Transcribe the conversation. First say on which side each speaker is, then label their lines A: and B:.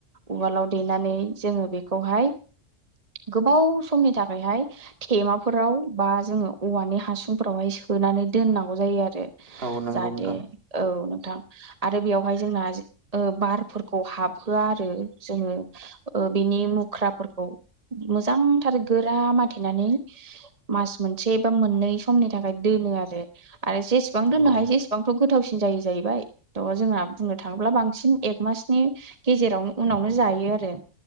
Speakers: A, on the right; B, on the right.
A: उवालाव देनानै नै जोङो बेखौहाय। गोबाव समनि थाखायहाय थेमाफोराव बा जोङो औवानि हासुंफोरावहाय स होनोनानै दोननांगौ जायो आरो
B: औ नंगौ
A: ।जाहाथे
B: नोंथां
A: औ नोंथां आरो बेयावहाय जोंना बारफोरखौ हाबहोआ आरो जोङो। बिनि मुख्राफोरखौ मोजांथार गोरा माथेनानै मास मोनसे बा मोननै समनि थाखाय दोनो आरो आरो जेसेबां
B: नंगौ
A: दोननो हायो जेसेबांथ' गोथावसिन जायो। जाहैबाय थ जोंहा बुंनो थाङोब्ला बांसिन एक मासनि गेजेरावनो उनावनो जायो आरो।